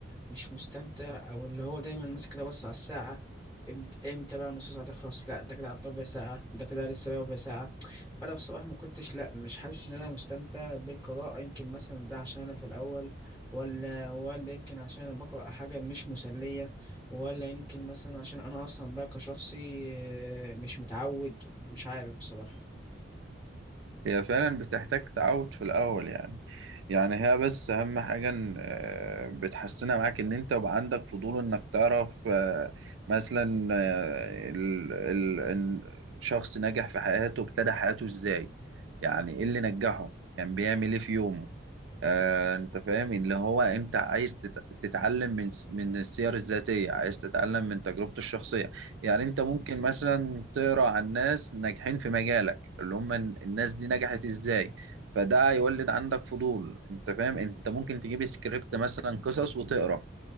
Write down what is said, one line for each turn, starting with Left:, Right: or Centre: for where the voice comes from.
Centre: مش مستمتع او اللي هو دايما ماسك ده بص على الساعه امتى امتى بقى نص ساعه تخلص لا ده كده عدى ربع ساعه ده كده لسه بقى ربع ساعه فانا بصراحه ما كنتش لا مش حاسس ان انا مستمتع بالقراءه يمكن مثلا ده عشان انا في الاول ولا ولا يمكن عشان انا بقرا حاجه مش مسليه ولا يمكن مثلا عشان انا اصلا بقى كشخصي آه، مش متعود مش عارف بصراحة
Right: هي فعلا بتحتاج تعود في الأول يعني يعني هي بس أهم حاجة إن آه، بتحسنها معاك إن أنت يبقى عندك فضول إنك تعرف آه، مثلا آه، ال- ال- إن شخص نجح في حياته ابتدى حياته إزاي يعني إيه اللي نجحه كان بيعمل إيه في يومه آه، أنت فاهم اللي هو أنت عايز تت- تتعلم من س- من السير الذاتية عايز تتعلم من تجربته الشخصية يعني أنت ممكن مثلا تقرأ عن ناس ناجحين في مجالك اللي هم ال- الناس دي نجحت ازاي فده هيولد عندك فضول انت فاهم انت ممكن تجيب سكريبت مثلا قصص وتقرا